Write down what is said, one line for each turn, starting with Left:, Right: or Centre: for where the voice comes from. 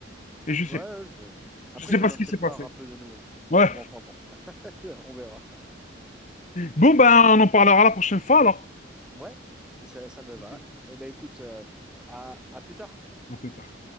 Left: Et je
Centre: Ouais,
Left: sais,
Centre: je... Après,
Left: je sais
Centre: ils
Left: pas
Centre: en
Left: ce
Centre: ont peut-être
Left: qui s'est passé.
Centre: marre un peu de nous. hein. Bon,
Left: Ouais.
Centre: mais enfin bon, <laughs> on verra.
Left: Bon, ben,
Centre: Ok.
Left: on en parlera la prochaine fois alors.
Centre: Ouais, ça, ça me va.
Left: Ok.
Centre: Eh ben écoute, euh, à, à plus tard.
Left: À plus tard.